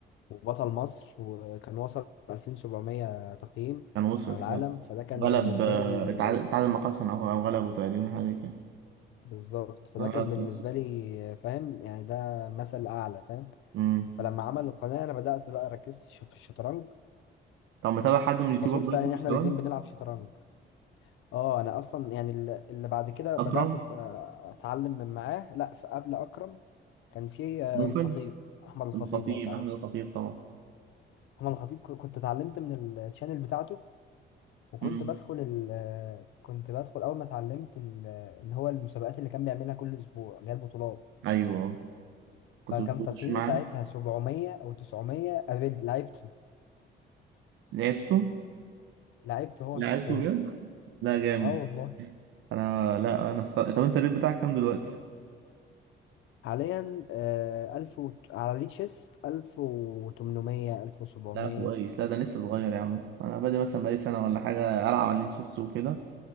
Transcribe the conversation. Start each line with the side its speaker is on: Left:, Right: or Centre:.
Left: وبطل مصر وكان وصل 2700 تقييم
Right: كان وصل
Left: على
Right: فعلا
Left: العالم فده كان
Right: وغلب
Left: بالنسبة
Right: آه،
Left: لي
Right: اتعادل اتعادل مع حسن اهو او غلبه تقريبا حاجه كده
Left: بالظبط فده
Right: غلب
Left: كان بالنسبة
Right: حسن
Left: لي فاهم يعني ده مثل أعلى فاهم
Right: امم
Left: فلما عمل القناة أنا بدأت بقى ركزت ش- في الشطرنج
Right: طب متابع حد من اليوتيوبر
Left: فصدفة
Right: دلوقتي
Left: يعني
Right: في
Left: إن
Right: الشطرنج
Left: إحنا الاتنين بنلعب شطرنج أه أنا أصلا يعني الل- اللي بعد كده
Right: اكرم
Left: بدأت أت- أتعلم من معاه لأ في قبل أكرم كان في آه،
Right: نوفل
Left: الخطيب أحمد الخطيب
Right: الخطيب
Left: لو تعرفه
Right: احمد الخطيب طبعا
Left: أحمد الخطيب ك- كنت اتعلمت من التشانل بتاعته وكنت
Right: امم
Left: بدخل ال كنت بدخل أول ما اتعلمت ال- اللي هو المسابقات اللي كان بيعملها كل أسبوع اللي هي البطولات
Right: ايوه كنت
Left: فكان
Right: بتخش
Left: تقييمي
Right: معاه
Left: ساعتها 700 أو 900 قابلت لعبته
Right: لعبته
Left: لعبته هو
Right: لعبته
Left: شخصيا
Right: جد لا
Left: <laughs>
Right: جامد
Left: اه والله
Right: انا لا انا الص... طب انت الريت بتاعك كام دلوقتي
Left: حاليا آه، 1000 و... على ريتشيس 1800 1700
Right: لا كويس لا ده لسه صغير يا عم انا بادئ مثلا بقالي سنه ولا حاجه العب على التشيس وكده